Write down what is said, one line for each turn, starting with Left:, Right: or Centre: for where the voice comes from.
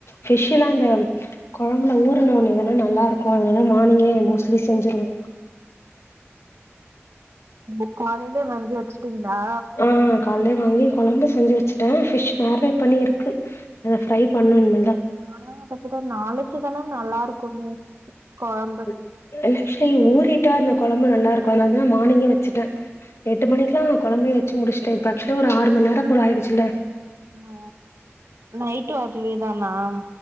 Left: பிஷ்லா அந்த கொழம்புல ஊருனவுட்னேதா நல்லா இருக்கும் அதனால மார்னிங்கே முடிச்சிட்டு த்ரி செஞ்சிருவே
Right: புக் வாளில வாங்கியாச்சு க்கீங்களா?
Left: ஆ கால்லே வாங்கி கொழம்பு செஞ்சு வச்சுட்டேன் பிஷ் மேரினேட் பண்ணி இருக்கு அத ஃபிரை பண்ணணு இனிமேல்தா
Right: ஆனா அத கூட நாளைக்கி இதெல்லா நல்லா இருக்குமே கொழம்பு
Left: <inaudible> ஆக்சுவலி ஊறி ட்டா இந்த கொழம்பு நல்லா இருக்கும் அதனாலதா நான் மானிங்கே வச்சுட்டேன் எட்டு மணிக்கல்லா கொழம்பு வச்சு முடிச்சுட்டே இப்ப ஆக்சுவலி ஒரு ஆறு மணி நேரோ போல ஆகிடுச்சல்ல
Right: ஆ நைட்டு அகேதா நாம்